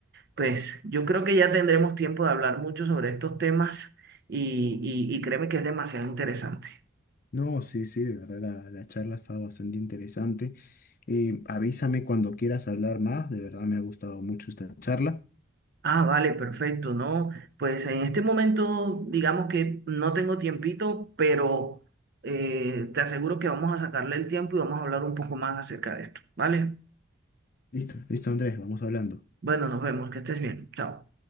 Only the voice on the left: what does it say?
No, sí, sí, de verdad la, la charla estaba bastante interesante. Eh, avísame cuando quieras hablar más, de verdad me ha gustado mucho esta charla.
Listo, listo Andrés, vamos hablando.